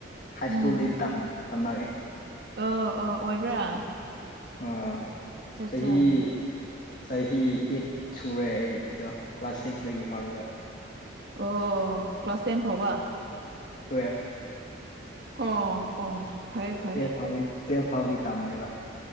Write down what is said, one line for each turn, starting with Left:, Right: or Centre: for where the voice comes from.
Left: ꯍꯥꯏ
Right: ꯎꯝ
Left: ꯁ꯭ꯀꯨꯜꯗꯤ ꯇꯝꯂꯑꯦ
Right: ꯑꯣ ꯑꯣ ꯑꯣꯏꯕ꯭ꯔꯥ
Left: ꯑꯥ
Right: ꯆꯠꯆꯥ
Left: ꯆꯍꯤꯍꯤ ꯆꯍꯤ ꯏꯠ ꯁꯨꯔꯦ ꯑꯩꯗꯣ ꯀ꯭ꯂꯥꯁ ꯁꯤꯛꯁꯇꯒꯤ ꯍꯧꯔꯒ
Right: ꯑꯣ ꯀ꯭ꯂꯥꯁ ꯇꯦꯟ ꯐꯥꯎꯕ
Left: ꯇꯨꯋꯌꯦꯜꯞ
Right: ꯑꯣ ꯑꯣ ꯐꯩ ꯐꯩ
Left: ꯀꯦ ꯐ ꯇꯦ ꯐꯕꯤ ꯇꯃꯕ